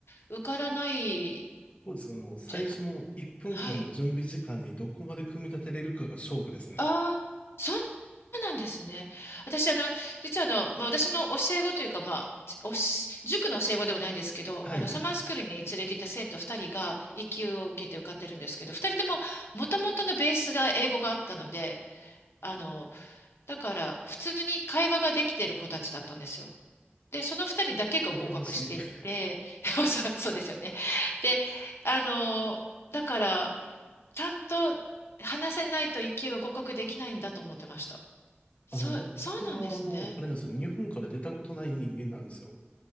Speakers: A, on the left; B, on the left.
A: 受からない
B: そうですね。もう最初の1分間の準備時間にどこまで組み立てれるかが勝負ですね。
A: じゃない。はいああ、そうなんですね。私、あの、実はあの、まあ、私の教え子というか、まあ、おし、塾の教え子ではないんですけど、
B: はい。
A: あの、サマースクールに連れて行った生徒2人が、一級を受けて受かってるんですけど、2人とも、もともとのベースが英語があったので、あの、だから、普通に会話ができてる子たちだったんですよ。で、その二人だけが合格していって、
B: 羨ましい。<laughs>
A: <laughs> そうそうですよね。で、あの、だから、ちゃんと話せないと一級は合格できないんだと思ってました。そう、
B: あの、僕はあの、
A: そうなんですね。
B: あれなんですよ。日本から出たことない人間なんですよ。